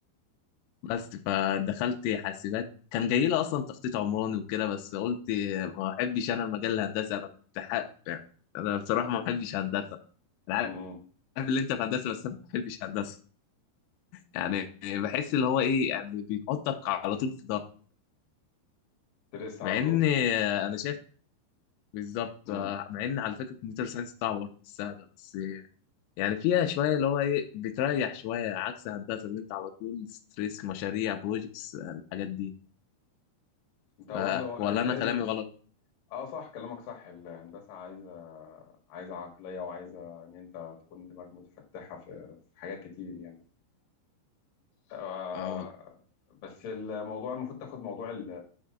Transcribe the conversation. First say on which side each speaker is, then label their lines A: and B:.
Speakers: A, on the left; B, on the left.
A: بس فدخلت حاسبات كان جاي لي اصلا تخطيط عمراني وكده بس قلت ما احبش انا المجال الهندسي انا كنت حق يعني انا بصراحه ما بحبش هندسه انا عارف
B: امم
A: اللي انت في هندسه بس انا ما بحبش هندسه يعني بحس اللي هو ايه يعني بينقطك على طول في ده
B: ترس على
A: مع ان
B: طول
A: انا شايف بالظبط
B: امم
A: مع ان على فكره الكمبيوتر ساينس صعبه برضه مش سهله بس يعني فيها شويه اللي هو ايه بتريح شويه عكس هندسه اللي انت على طول ستريس مشاريع بروجكتس الحاجات دي
B: انت برضه
A: ف ولا
B: انت
A: انا
B: لازم
A: كلامي غلط
B: اه صح كلامك صح الهندسة عايزة عايزة عقلية وعايزة ان انت تكون دماغك متفتحة في في حاجات كتير يعني آه
A: اه والله
B: بس الموضوع المفروض تاخد موضوع ال-